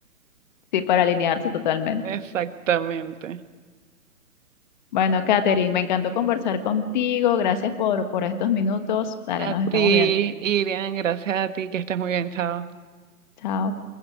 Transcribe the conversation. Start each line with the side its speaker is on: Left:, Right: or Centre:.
Left: Sí, para alinearse totalmente.
Right: Exactamente.
Left: Bueno, Katherine, me encantó conversar contigo. Gracias por, por estos minutos. Dale,
Right: A
Left: nos
Right: ti,
Left: estamos viendo.
Right: Irian, gracias a ti, que estés muy bien, chao.
Left: Chao.